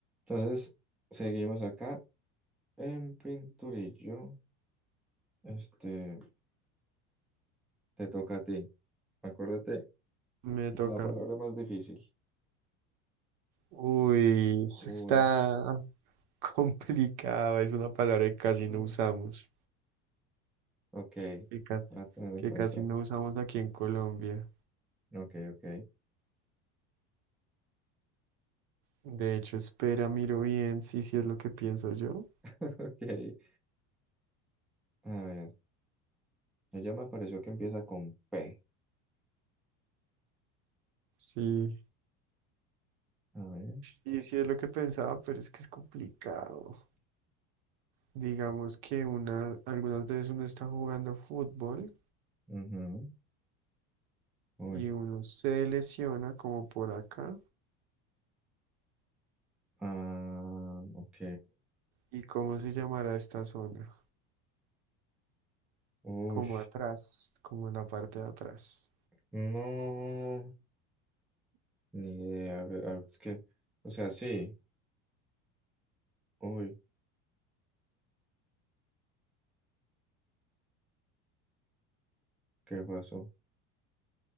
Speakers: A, in the centre; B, on the right.
A: Entonces, seguimos acá en Pinturillo. Este, te toca a ti. Acuérdate,
B: Me
A: la
B: toca.
A: palabra más difícil.
B: Uy, eso
A: Uy,
B: está <laughs> complicado. Es una palabra que casi no
A: Uf,
B: usamos.
A: ok,
B: Que casi,
A: voy a tener en
B: que
A: cuenta.
B: casi no usamos aquí en Colombia.
A: Ok, ok,
B: De hecho, espera, miro bien. Sí, sí es lo que pienso yo.
A: <laughs> ok. A ver, ella me pareció que empieza con P.
B: Sí,
A: A ver,
B: sí, sí es lo que pensaba, pero es que es complicado. Digamos que una, algunas veces uno está jugando fútbol
A: ujú, Uy,
B: y uno se lesiona como por acá.
A: ah, ok.
B: ¿Y cómo se llamará esta zona?
A: Uy,
B: Como atrás, como en la parte de atrás.
A: no, ni idea. a ver, ah, es que, o sea, sí. Uy, ¿qué pasó?